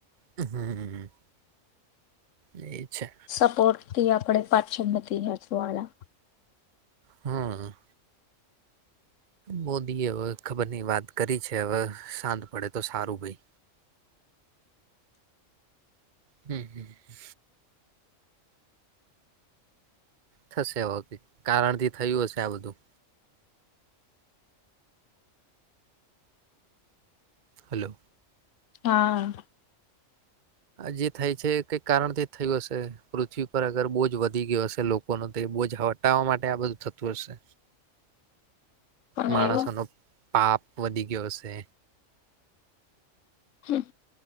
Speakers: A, on the right (about 40°); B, on the left (about 75°).
A: હમ્મ એ છે
B: સપોર્ટ. તે આપણે પાંચમ નથી હસવાળા.
A: હમ્મ હમ્મ. મોદીએ હવે ખબર ની વાત કરી છે હવે શાંત પડે તો સારું ભઈ. હમ્મ હમ્મ હમ્મ. થશે હોતી કારણ થી થયું હશે આ બધું. હલો.
B: હા.
A: જે થાય છે કઈક કારણથી થયું હશે, પૃથ્વી પર અગર બોજ વધી ગ્યો હશે લોકો નો તો બોજ હટાવવા માટે આ બધું થતું હશે.
B: પણ
A: માણસોનો
B: એવો
A: પાપ વધી ગ્યો હશે.
B: હમ્મ.